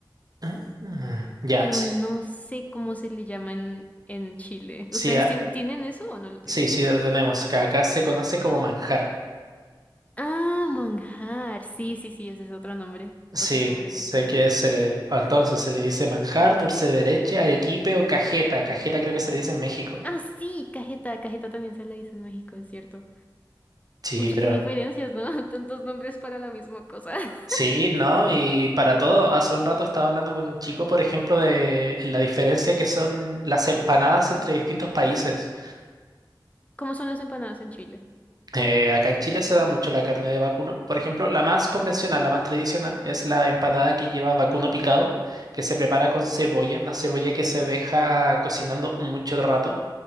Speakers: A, on the right (about 50°); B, on the left (about 15°).
A: Ah, ya,
B: pero
A: sí.
B: no sé cómo se le llama en, en Chile.
A: Sí,
B: ¿Ustedes
A: a-
B: tien- tienen eso o no lo tienen?
A: sí, sí, lo tenemos. que Acá se conoce como manjar.
B: Ah, manjar. Sí, sí, sí, ese es otro nombre,
A: Sí,
B: otro nombre
A: sé
B: que tiene.
A: que se le, entonces se le dice manjar, dulce de leche, arequipe o cajeta. Cajeta creo que se le dice en México.
B: Ah, sí, cajeta, cajeta también se le dice en México, es cierto.
A: Sí,
B: Uy,
A: pero
B: qué diferencias, ¿no? <laughs> Tantos nombres para la misma cosa. <laughs>
A: sí, ¿no? Y para todo, hace un rato estaba hablando con un chico, por ejemplo, de la diferencia que son las empanadas entre distintos países.
B: ¿Cómo son las empanadas en Chile?
A: Eh, acá en Chile se da mucho la carne de vacuno. Por ejemplo, la más convencional, la más tradicional, es la empanada que lleva vacuno picado, que se prepara con cebolla, una cebolla que se deja cocinando mucho rato.